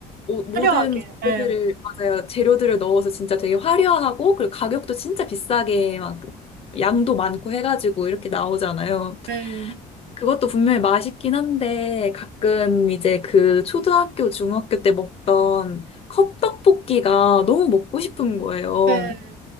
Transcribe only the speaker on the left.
모든
재료들을
맞아요. 재료들을 넣어서 진짜 되게 화려하고 그리고 가격도 진짜 비싸게 막 양도 많고 해가지고 이렇게 나오잖아요.
그것도 분명히 맛있긴 한데 가끔 이제 그 초등학교, 중학교 때 먹던 컵떡볶이가 너무 먹고 싶은 거예요.